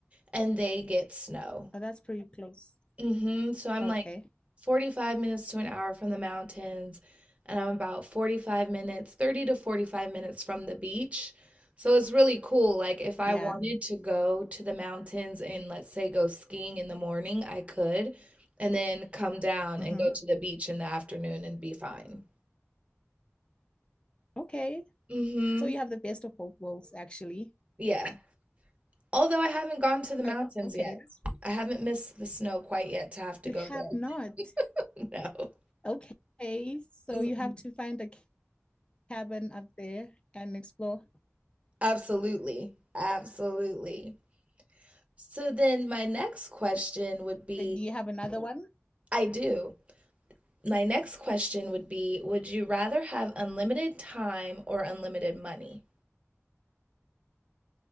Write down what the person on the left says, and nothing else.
Oh, that's pretty close.
Okay.
Yeah.
Mm-hmm.
Okay.
So you have the best of both worlds, actually.
O- Okay.
That's
you
have
not.
Okay. So
you have to find a cabin up there and explore.
So do you have another one?